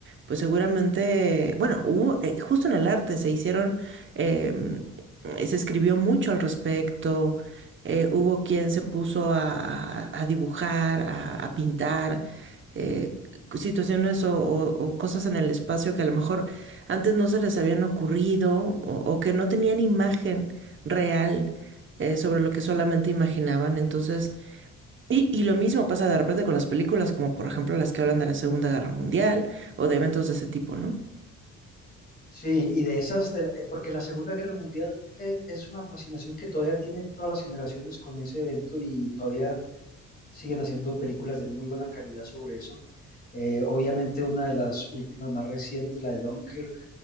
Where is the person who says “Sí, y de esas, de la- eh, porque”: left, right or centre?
Left